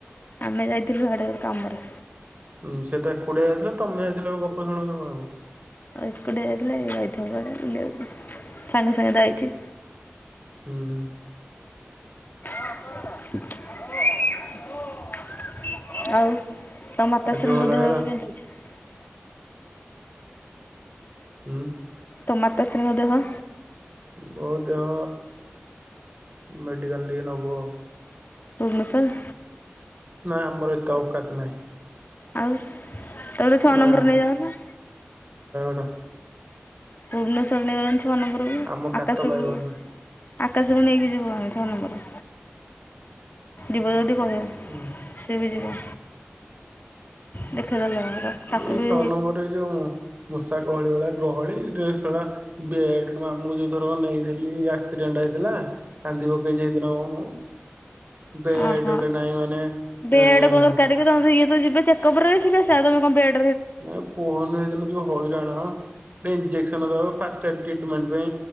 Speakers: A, on the left; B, on the right.
A: ଆମେ ଯାଇଥିଲୁ ସିଆଡ଼େ କାମରେ।
B: ହୁଁ ସେ ତ ଏକୁଟିଆ ଯାଇଥିଲା ତମେ ଯାଇଥିଲ ଗପ ଶୁଣଉଛ କାହାକୁ?
A: ଏକୁଟିଆ ଯାଇଥିଲେ ଯାଇଥିବେ କୁଆଡ଼େ ବୁଲିବାକୁ, ସାଙ୍ଗେ ସାଙ୍ଗେ ତ ଆଇଛି।
B: ହୁଁ।
A: ଆଉ? ତମ ମାତାଶ୍ରୀଙ୍କ ଦେହ ଏବେ କେମିତି
B: ଆଖି ଭଲ ହେଇଗଲା
A: ଅଛି?
B: ଉଁ
A: ତମ ମାତାଶ୍ରୀଙ୍କ ଦେହ?
B: ବୋଉ ଦେହ ମେଡିକାଲ ଟିକେ ନବୁ ଆଉ।
A: ଭୁବନେଶ୍ବର?
B: ନାଇଁ ଆମର ଏତେ ଔକାତ ନାହିଁ।
A: ଆଉ, ତାହେଲେ ଛଅ
B: ନୟାଗଡ଼
A: ନମ୍ବର ନେଇଯାଉନ?
B: <unintelligible>
A: ଭୁବନେଶ୍ୱର ନେଇଗଲନି ଛଅ ନମ୍ବରକୁ,
B: ଆମ କାତ
A: ଆକାଶକୁ?
B: ପାଇବନି
A: ଆକାଶକୁ ନେଇକି ଯିବୁ ଆମେ ଛଅ ନମ୍ବର, ଯିବ ଯଦି କହିବ,
B: ହୁଁ
A: ସିଏ ବି ଯିବ। ଦେଖେଇଦେଲେ ହବ ତାକୁ
B: ଏଇ
A: ବି
B: ଛଅ ନମ୍ବର ଏଇ ଯୋଉ ମୂଷା ଗହଳି ଭଳିଆ ଗହଳି ରେ ଶଳା ବେଡ୍ ମାମୁଁଙ୍କୁ ଯୋଉ ଥର ନେଇଥିଲି ଆକ୍ସିଡେଣ୍ଟ ହେଇଥିଲା, କାନ୍ଦି ପକେଇଛି ସେଦିନ ପା ମୁଁ। ବେଡ଼୍
A: ଓହୋ।
B: ଗୋଟେ ନାହିଁ ମାନେ
A: ବେଡ୍
B: ଏଁ-ଏଁ
A: କଣ ଦରକାର କି ତମେ ତ ଇଏ ତ ଯିବେ ଚେକଅପରେ ଦେଖେଇ କି ଆସିବା ତମେ କଣ ବେଡ଼୍
B: ନାଇଁ କୁହନି ସେଇଦିନ ଯୋଉ ହଇରାଣ, ଇଞ୍ଜେକସନ ଦବାକୁ ଫାଷ୍ଟେଡ୍ ଟ୍ରିଟମେଣ୍ଟ୍